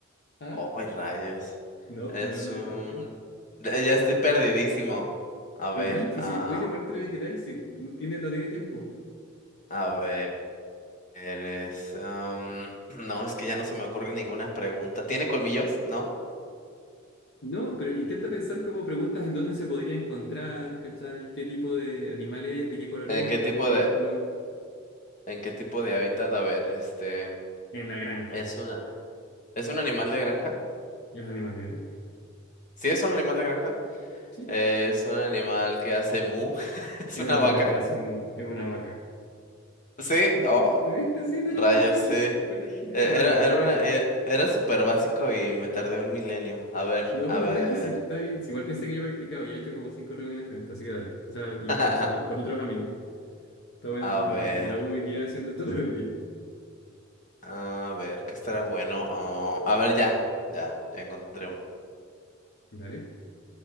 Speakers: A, on the left; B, on the left.
A: Ah,
B: Oh, rayos.
A: no,
B: Es
A: no es un
B: un
A: elefante.
B: eh, ya estoy perdidísimo. A ver,
A: Pero tranqui,
B: ah,
A: si puedes demorarte lo que queráis, si no tiene, no tiene tiempo.
B: a ver, eres am, <clears throat> no, es que ya no se me ocurre ninguna pregunta. ¿Tiene colmillos? ¿No?
A: No, pero intenta pensar como preguntas en dónde se podría encontrar, ¿cachai? ¿Qué tipo de animal es? ¿De qué color
B: ¿En
A: es,
B: qué
A: por
B: tipo
A: ejemplo?
B: de en qué tipo de hábitat? A ver, este
A: En la granja.
B: ¿Es un ¿Es un animal de granja?
A: Y es animal de granja.
B: Sí, es un animal de granja.
A: Sí.
B: Eh, es un animal que hace mu. <laughs> ¿Es
A: Es
B: una
A: un animal
B: vaca?
A: que hace mu, es una vaca.
B: Sí,
A: ¿Viste?
B: oh,
A: ¿Viste? Sí, no
B: rayos,
A: era tan terrible.
B: sí. Eh,
A: era- Fue entendible.
B: Era,
A: Dale, te
B: era
A: toca
B: una,
A: a ti.
B: eh, era súper básico y me tardé un milenio. A ver,
A: No,
B: a
A: pero
B: ver.
A: tranqui, si está bien. Si igual pensé que yo he practicado, ya he hecho como cinco reuniones con esto, así que dale. O sea, lo-
B: <laughs>
A: lo- con, con otros amigos. Estaba
B: A
A: en,
B: ver,
A: en en la U hoy día haciendo esto <laughs> todo el día.
B: a ver, ¿qué estará bueno? Oh, a ver, ya, ya, ya encontré uno.
A: Dale.